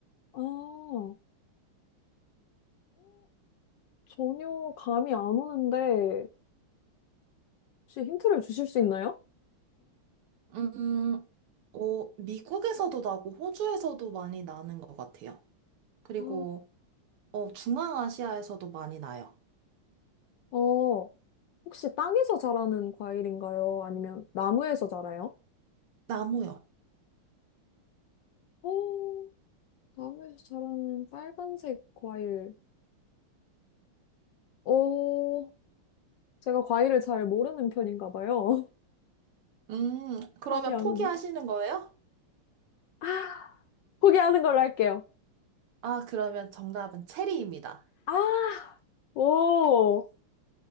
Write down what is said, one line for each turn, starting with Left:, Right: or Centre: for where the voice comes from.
Left: 아, 어, 전혀 감이 안 오는데, 혹시 힌트를 주실 수 있나요?
Right: 음, 어, 미국에서도 나고 호주에서도 많이 나는 것 같아요. 그리고
Left: 아,
Right: 어, 중앙아시아에서도 많이 나요.
Left: 어, 혹시 땅에서 자라는 과일인가요? 아니면 나무에서 자라요?
Right: 나무요.
Left: 어, 나무에서 자라는 빨간색 과일. 어, 제가 과일을 잘 모르는 편인가 봐요.
Right: 음,
Left: <laughs>
Right: 그러면
Left: 감이 안
Right: 포기하시는
Left: 오네.
Right: 거예요?
Left: <gasps> 포기하는 걸로 할게요.
Right: 아, 그러면 정답은 체리입니다.
Left: 아, 오.